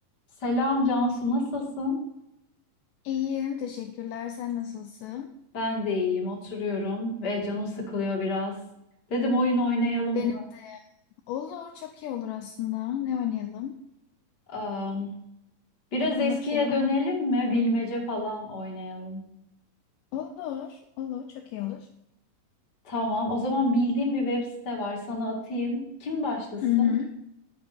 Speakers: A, on the left; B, on the left.
A: Selam Cansu, nasılsın?
B: İyiyim, teşekkürler. Sen nasılsın?
A: Ben de iyiyim, oturuyorum ve canım sıkılıyor biraz. Dedim oyun oynayalım
B: Benim
A: mı?
B: de. Olur, çok iyi olur aslında. Ne oynayalım?
A: Am, biraz
B: Aklında
A: eskiye
B: bir şey var?
A: dönelim mi? Bilmece falan oynayalım.
B: mı? Olur, olur, çok iyi olur.
A: Tamam, o zaman bildiğim bir web site var, sana atayım. Kim başlasın?
B: Hı hı.